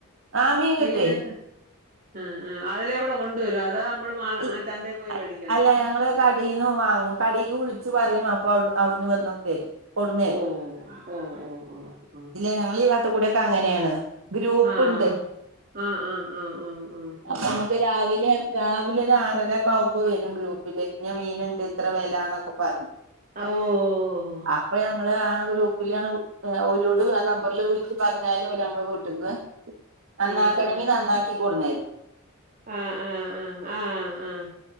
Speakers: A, on the right; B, on the right.
A: ആഹ് മീൻ കിട്ടുവേ
B: മീനൊക്കെ ആഹ് അതിലേക്കൂടെ കൊണ്ടുവരോ അതാ നമ്മള് മാ
A: ഈ
B: ചന്തയിൽ പോയി
A: അ-
B: മെടിക്കണോ
A: അല്ല ഞങ്ങള് കടീന്ന് വാങ്ങും കടിക്ക് വിളിച്ച് പറയും അപ്പ അവിടുന്ന് വന്ന്ക്കെ തരും കൊടുന്നരും
B: ഓ ഓ ഓ ഓ
A: ഇല്ല ഞങ്ങളെഈവാത്ത്കൂടക്കെ അങ്ങനെണ് ഗ്രൂപ്പ്ണ്ട്
B: ആഹ് ആഹ് ആഹ് ആഹ് ആഹ് ആഹ്
A: അപ്പൊ നമുക്ക് രാവിലെ രാവിലെ ഒരു ആറര ഒക്കെ ആവുമ്പോ വരും ഗ്രൂപ്പ് പ്പ്ല്ന്ന മീന്ണ്ട് ഇത്ര വെലാന്നൊക്കെ പറഞ്ഞ്
B: ആഹ് ഓഹ്
A: അപ്പൊഞമ്മള് ആഹ് ഗ്രൂപ്പിലണ് <inaudible> ലൊട് ആഹ് നമ്പറിൽ വിളിക്കുംന്നറഞ്ഞാല് നമ്മളെ വീട്ട്ന്ന് നന്നാക്കണങ്കിനന്നാക്കികൊട്ന്നേരും
B: ആഹ് ആഹ് ആഹ് ആഹ് ആഹ് ആഹ് ആഹ്